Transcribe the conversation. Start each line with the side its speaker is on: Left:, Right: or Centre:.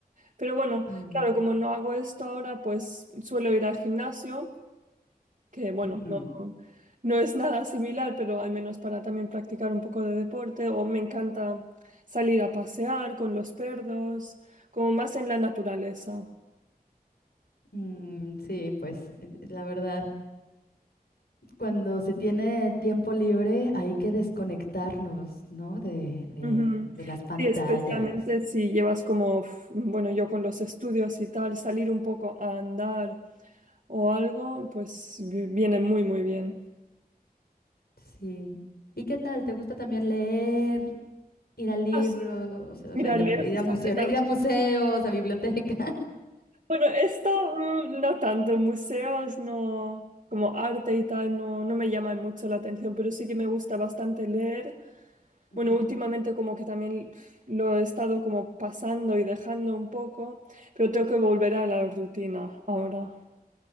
Right: Pero bueno,
Left: Ah.
Right: claro, como no hago esto ahora, pues suelo ir al gimnasio que bueno,
Left: Ujú.
Right: no, no es nada similar, pero al menos para también practicar un poco de deporte, o me encanta salir a pasear con los perros, como más en la naturaleza.
Left: Mm, sí, pues eh, la verdad, cuando se tiene tiempo libre hay que desconectarnos, ¿no? De, de,
Right: Ujú.
Left: de las pantallas.
Right: Sí, especialmente si llevas como, f- bueno, yo con los estudios y tal, salir un poco a andar o algo, pues vi- viene muy, muy bien.
Left: Sí. ¿Y qué tal? ¿Te gusta también leer, ir al libro,
Right: Ah, sí.
Left: o sea,
Right: Mira,
Left: o sea, ir
Right: leer
Left: a, ir
Right: justamente
Left: a museo- ir a museos, a biblioteca?
Right: Bueno, esto mm, no tanto, museos no, como arte y tal, no, no me llama mucho la atención, pero sí que me gusta bastante leer.
Left: Ujú.
Right: Bueno, últimamente como que también pf, lo he estado como pasando y dejando un poco, pero tengo que volver a la rutina ahora.